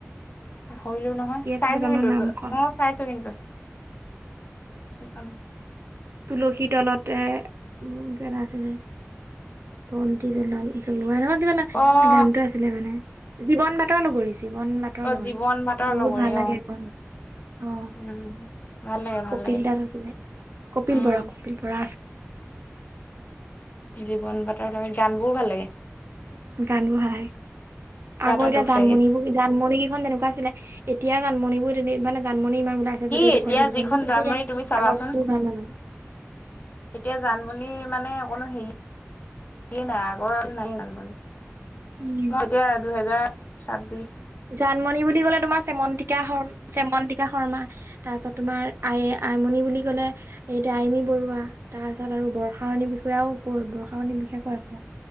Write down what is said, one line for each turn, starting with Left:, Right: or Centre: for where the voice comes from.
Left: পাহৰিলেও নহয়
Right: কি আছিলে
Left: চাইছো
Right: জানো
Left: কিন্তু
Right: নামখন
Left: ত অ চাইছো কিন্তু সেইখন
Right: তুলসী তলতে কিবা এটা আছিলে বন্তি জ্বলোৱা জ্বলোৱা নহয় কিবা এটা
Left: অ
Right: গানটোে আছিলে মানে জীৱন বাতৰ লগৰী জীৱন বাটৰ
Left: অ
Right: লগৰী
Left: জীৱন বাটৰ
Right: বহুত
Left: লগৰী
Right: ভাল লাগে
Left: অ
Right: সেইখন অ',
Left: উম ভাল লাগে ভাল
Right: কপিল
Left: লাগে
Right: দাস কপিল
Left: উম
Right: বৰা কপিল বৰা আছে
Left: জীৱন বাতৰ লগে গান বোৰও ভাল লাগে
Right: গান বহাগ
Left: কিবা
Right: আগৰ
Left: এটা
Right: এতিয়া
Left: দুখ
Right: জানমণিবোৰ
Left: লাগে
Right: জানমণি কেইখন তেনেকুৱা আছিলে এতিয়া জানমণিবোৰ <unintelligible> জাণমণি ইমান ওলাইছে
Left: কি
Right: যদি
Left: এতিয়া
Right: দুখন তিনিখন
Left: যিখন
Right: কিন্তু
Left: জানমণি
Right: সে
Left: তুমি চাবাচোন
Right: আগত কি ভাল না মানে
Left: এতিয়া জান বুলি মানে অকণো হেৰি কি নাই আগৰ আৰু নাই ত মানে
Right: উম
Left: ম এতিয়া দুহেজাৰ চন
Right: জানমণ বুলি কলে তোমাৰ চেমন্তকা শ চেমন্তকা শৰ্মা তাৰপিছত তোমাৰ আই আইমণি বুলি ক'লে এতিয়া আইমি বৰুৱা তাৰপাছত আৰু বৰ্ষাাৰণী বিষ সয়াও ক' বৰ্ষা পানণী বিশেষকৈ আছিলে